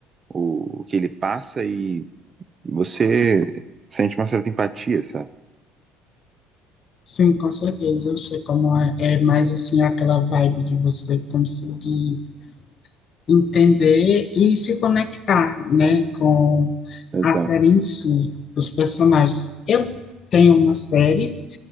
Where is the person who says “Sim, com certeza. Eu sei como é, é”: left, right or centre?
Left